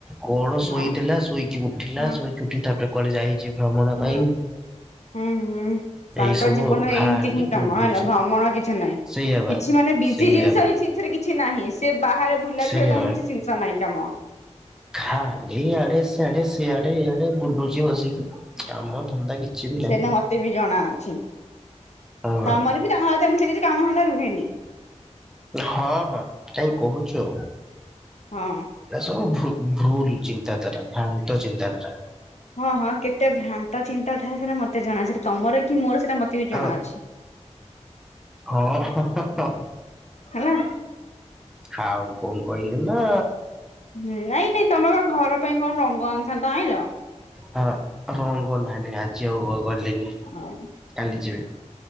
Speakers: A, in the centre; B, on the left.
A: କଣ
B: ହଁ
A: ଶୋଇଥିଲା ଶୋଇକି ଉଠିଲା
B: ହଁ
A: ଶୋଇକି ଉଠି ତାପ କୁଆଡେ ଯାଇଛି ଭ୍ରମଣ
B: ହଁ
A: ପାଇଁ।
B: ହୁଁ ହୁଁ ତାଙ୍କ
A: ଏଇ ସବୁ
B: ଜୀବନରେ
A: ଆଉ ଖାଲି
B: ଏମିତି ହିଁ କାମ
A: ବୁଲୁଛି
B: ହେଲା ଭ୍ରମଣ କିଛି ନାହିଁ।
A: ସେଇଆ ବା
B: କିଛି ମାନେ ବିଜି
A: ସେଇଆ
B: ଜିନିଷ ହେଇଛି। ସେରେ କିଛି ନାହିଁ ସେ ବାହାରେ ବୁଲିଲା
A: ସେଇଆ
B: ଛଳିଆ ତାଙ୍କ କିଛି ଜିନିଷ ନାହିଁ କାମ।
A: ଖା ଇଆଡେ ସିଆଡେ ସିଆଡେଇଆଡେ ବୁଲୁଛି ବସିକି। କାମ ଧନ୍ଦା କିଛି ବି ନାହିଁ
B: ସେଟା ମତେ ବି ଜଣା ଅଛି
A: ହଁ ବା।
B: ତମର ବି ତମର ତ କିଛି କାମ ଧନ୍ଦା ରୁହେନି।
A: ହଁ ହଁ କାଇଁ କହୁଚ।
B: ହଁ।
A: ଏଟା ସବୁ ଭୁ ଭୁଲ ଚିନ୍ତାଧାରା ଭ୍ରାନ୍ତ ଚିନ୍ତାଧାରା।
B: ହଁ ହଁ କେତେ ଭ୍ରାନ୍ତ ଚିନ୍ତାଧାରା ସେଟା ମତେ ଜଣା ଅଛିଟା ତମର କି ମୋର ସେଇଟା ମତେ ବି ଜଣା
A: ଆଉ
B: ଅଛି।
A: ହଁ ହଁ।
B: ହେଲା
A: ଆଉ କଣ କହିଲୁ ନା?
B: ହୁଁ ନାଇଁ ନାଇଁ ତମେ ବା ଘର ପାଇଁ କଣ ରଙ୍ଗ ଆଣିଥାଆନ୍ତା ଆଣିଲ?
A: ହଁ ରଙ୍ଗ ନାଇଁ ନାଇଁ ଆଜି ଆଉ ଗଲିନି।
B: ଆଉ
A: କାଲି ଯିବି।